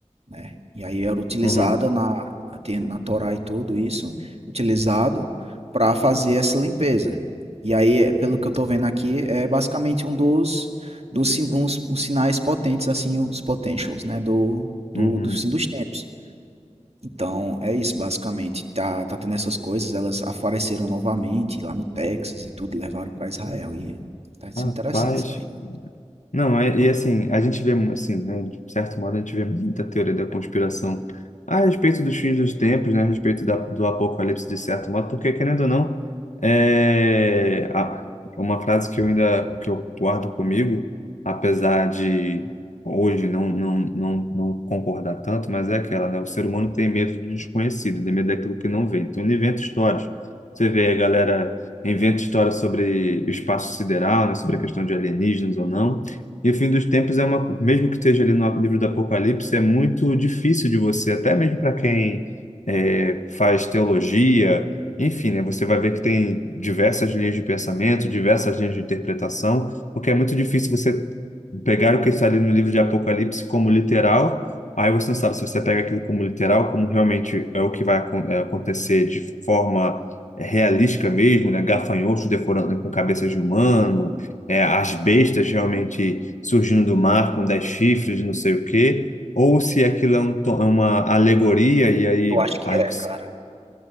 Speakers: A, on the right (about 55°); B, on the left (about 80°).
A: né? E aí era utilizada
B: Uhum.
A: na, tem na Torá e tudo isso, utilizado para fazer essa limpeza. E aí, é, pelo que eu tô vendo aqui, é basicamente um dos, dos sin- uns, os sinais potentes, assim, os potentials, né? Do, do,
B: Uhum.
A: do fim dos tempos. Então, é isso, basicamente. Tá, tá tendo essas coisas, elas apareceram novamente lá no Texas e tudo, e levaram para Israel. E tá sendo
B: Rapaz.
A: interessante isso aí.
B: Não, é- e assim, a gente vê, assim, né, de certo modo, a gente vê muita teoria da conspiração a respeito dos fins dos tempos, né, a respeito da, do apocalipse, de certo modo, porque, querendo ou não, é a- uma frase que eu ainda que eu guardo comigo, apesar de hoje não, não, não, não concordar tanto, mas é aquela, né, o ser humano tem medo do desconhecido, tem medo daquilo que não vê. Então, ele inventa histórias. Você vê a galera inventa histórias sobre o espaço sideral, né, sobre a questão de alienígenas ou não. E o fim dos tempos é uma, mesmo que esteja ali no livro do Apocalipse, é muito difícil de você, até mesmo para quem é, faz teologia, enfim, né, você vai ver que tem diversas linhas de pensamento, diversas linhas de interpretação, porque é muito difícil você pegar o que está ali no livro de Apocalipse como literal, aí você não sabe se você pega aquilo como literal, como realmente é o que vai acon- é, acontecer de forma realística mesmo, né, gafanhotos deforando com cabeças de humano, é, as bestas realmente surgindo do mar com dez chifres, não sei o quê, ou se aquilo é, um to- é uma alegoria e aí,
A: Eu acho que
B: aí-
A: é, cara.